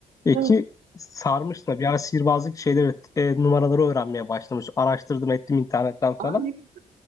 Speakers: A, on the left; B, on the right.
A: E,
B: Evet.
A: ki sarmıştım. da. Bir ara sihirbazlık şeyleri, e, numaraları öğrenmeye başlamış. Araştırdım ettim internetten
B: Aa,
A: falan.
B: ne- güzel.